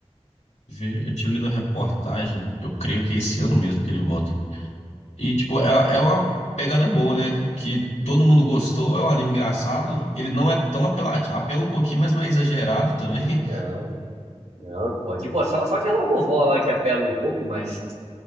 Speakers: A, on the left; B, on the right.
A: vi, eu tinha lido a reportagem, eu creio que esse ano mesmo que ele volta. E, tipo, é, é uma pegada boa, né? Que todo mundo gostou, é um anime engraçado. Ele não é tão apelativo, apela um pouquinho, mas não é exagerado também.
B: Não, não, pode. Boa, só, só aquela vovó lá que apela um pouco, mas